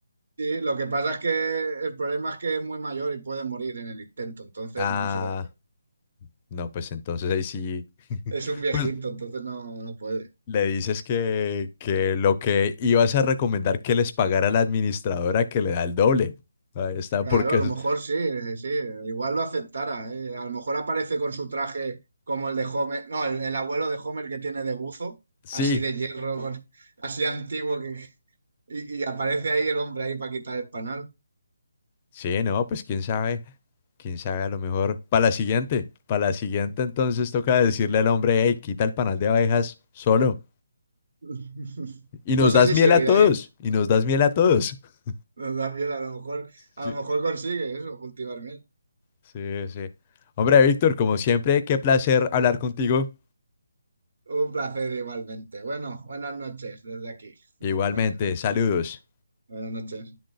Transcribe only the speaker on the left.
Ah,
no, pues entonces ahí sí, <laughs>
pues
le dices que, que lo que ibas a recomendar que les pagara a la administradora que le da el doble. Ahí está,
porque
es-
sí,
sí, no, pues quién sabe, quién sabe a lo mejor. Para la siguiente, para la siguiente entonces toca decirle al hombre, hey, quita el panal de abejas solo.
Y nos
das
miel
a todos,
y nos das miel a todos. <laughs>
Sí,
Sí, sí. Hombre, Víctor, como siempre, qué placer hablar contigo.
Igualmente,
saludos.